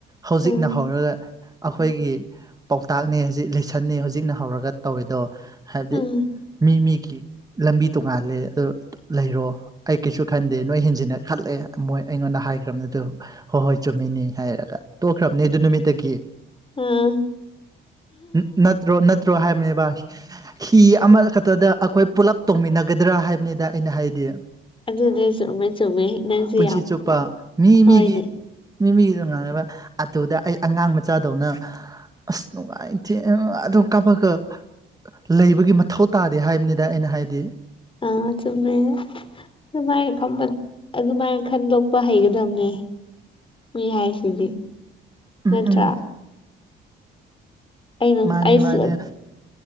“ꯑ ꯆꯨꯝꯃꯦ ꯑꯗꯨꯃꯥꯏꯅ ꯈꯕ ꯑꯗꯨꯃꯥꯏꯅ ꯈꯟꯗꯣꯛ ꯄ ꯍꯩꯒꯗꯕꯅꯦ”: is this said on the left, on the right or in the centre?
Left